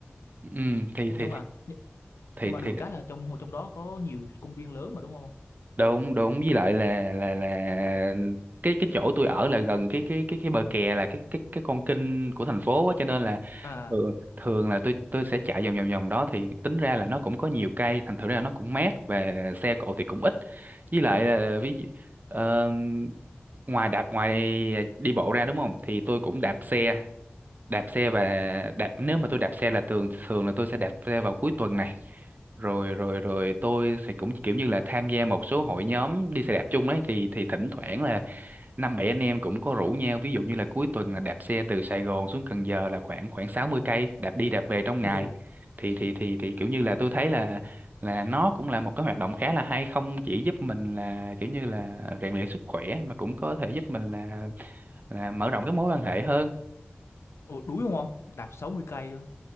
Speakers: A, on the right; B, on the left.
A: ừ thì
B: nhưng
A: thì
B: mà nhưng,
A: thì
B: nhưng mà
A: thì, thì
B: được cái là trong trong đó có nhiều công viên lớn mà đúng không
A: đúng đúng với lại là là là cái cái chỗ tôi ở là gần cái cái cái cái bờ kè là cái cái cái con kênh của thành phố á cho nên là
B: à
A: thường thường là tôi tôi sẽ chạy vòng vòng vòng đó thì tính ra là nó cũng có nhiều cây thành thử ra nó cũng mát và xe cộ thì cũng ít với lại là ví dụ ờ, ngoài đạp ngoài đi bộ ra đúng không thì tôi cũng đạp xe đạp xe và đạp nếu mà tôi đạp xe là thường thường là tôi sẽ đạp xe vào cuối tuần này rồi rồi rồi tôi sẽ cũng kiểu như là tham gia một số hội nhóm đi xe đạp chung ấy thì thì thỉnh thoảng là năm bảy anh em cũng có rủ nhau ví dụ như là cuối tuần là đạp xe từ Sài Gòn xuống Cần Giờ là khoảng khoảng 60 cây đạp đi đạp về trong
B: Ồ,
A: ngày thì thì thì thì kiểu như là tôi thấy là là nó cũng là một cái hoạt động khá là hay không chỉ giúp mình là kiểu như là rèn luyện sức khỏe mà cũng có thể giúp mình là, là mở rộng cái mối quan hệ hơn
B: ồ đuối đúng không? Đạp 60 cây luôn.